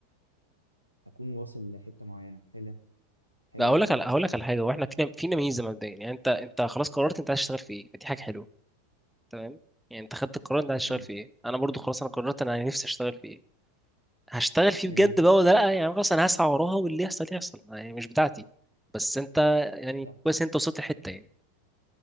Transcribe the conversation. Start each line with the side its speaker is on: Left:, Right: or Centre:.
Right: اكون واصل لحته معينه حلوه حلوه
Centre: لا هقول
Right: يعني
Centre: لك على هقول لك على حاجة واحنا فينا فينا ميزة مبدئيا يعني انت انت خلاص قررت انت عايز تشتغل في ايه فدي حاجة حلوة تمام يعني انت خدت القرار انت عايز
Right: تمام
Centre: تشتغل في ايه انا برضو خلاص انا قررت انا نفسي اشتغل في ايه هشتغل فيه
Right: جميل
Centre: بجد بقى ولا لا يعني خلاص انا هسعى وراها واللي يحصل يحصل يعني مش بتاعتي بس انت يعني
Right: طب
Centre: كويس انت وصلت الحتة يعني